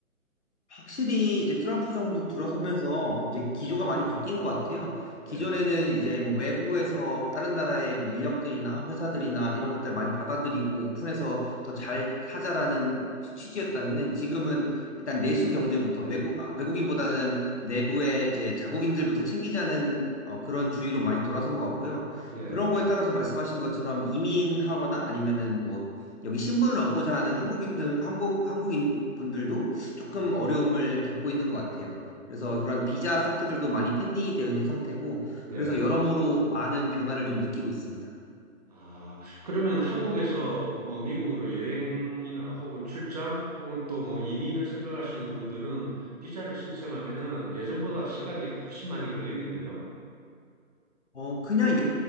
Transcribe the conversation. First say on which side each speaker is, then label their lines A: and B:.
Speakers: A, on the left; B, on the right.
A: 확실히 이제 트럼프 정부 들어서면서 이제 기조가
B: 예,
A: 많이 바뀐 것 같아요.
B: 예,
A: 기존에는 이제 뭐 외부에서 다른 나라의 뭐 인력들이나 회사들이나 이런 것들 많이 받아들이고 오픈해서 더 잘 하자라는 취지였다면은 지금은 일단 내수 경제부터 외국, 아, 외국인보다는 내부의 이제 자국인들부터 챙기자는 어, 그런 주의로 많이 돌아선 것 같고요.
B: 예,
A: 그런 거에 따라서 말씀하신 것처럼 이민하거나 아니면은 뭐 여기 신분을 얻고자 하는 한국인들, 한국, 한국인 분들도 조금
B: 예,
A: 어려움을 겪고 있는 것 같아요. 그래서 그런 비자 상태들도 많이 pending이 되어 있는 상태고,
B: 예.
A: 그래서 여러모로 많은 변화를 좀 느끼고 있습니다.
B: 아, 그러면 한국에서 뭐 미국으로 여행이나 혹은 출장 혹은 또 뭐 이민을 생각하시는 분들은 비자를 신청하면은 예전보다 시간이 훨씬 많이 걸리겠네요.
A: 어, 그냥